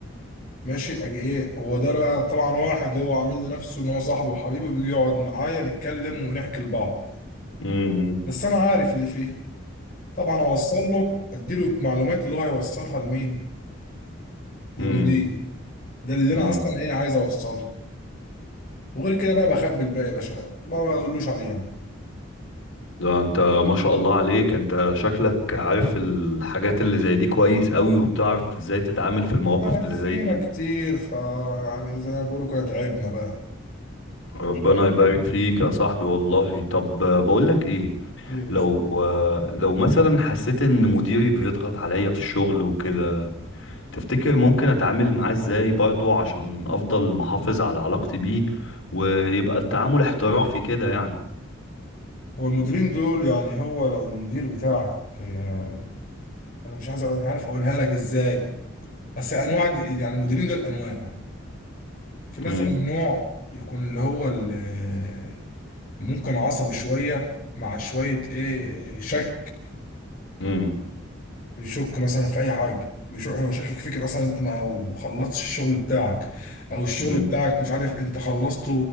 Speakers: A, on the left; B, on the left.
A: ماشي اجي ايه هو ده بقى طبعا واحد هو عامل لنفسه ان هو صاحبه وحبيبه بيجي يقعد معايا نتكلم ونحكي لبعض
B: امم
A: بس انا عارف اللي فيها طبعا اوصل له اديله المعلومات اللي هو هيوصلها لمين للمدير
B: امم
A: ده اللي انا
B: امم
A: اصلا ايه عايز اوصلها وغير كده بقى بخبي الباقي يا باشا ما بقولوش عليه يعني
B: ده انت ما شاء الله عليك انت شكلك عارف الحاجات اللي زي دي كويس قوي وبتعرف ازاي تتعامل في المواقف
A: احنا لفينا
B: اللي زي دي
A: كتير ف يعني زي ما بيقولوا كده تعبنا بقى
B: ربنا
A: شقة
B: يبارك فيك يا صاحبي والله طب آه، بقولك ايه
A: كتير
B: لو
A: بتفهم
B: آه، لو مثلا حسيت ان مديري بيضغط عليا في الشغل وكده تفتكر ممكن اتعامل معاه ازاي برضو عشان افضل محافظ على علاقتي بيه ويبقى التعامل احترافي كده يعني
A: هو المديرين دول يعني هو لو المدير بتاعك يعني انا مش عايز أقول- مش عارف اقولها لك ازاي بس انواع دي يعني المديرين دول انواع في مثلا
B: امم
A: نوع يكون اللي هو اللي ممكن عصبي شوية مع شوية ايه شك
B: امم
A: بيشك مثلا في اي حاجه بيشك هو شاكك فيك مثلا انت ما خلصتش الشغل بتاعك او الشغل
B: امم
A: بتاعك مش عارف انت خلصته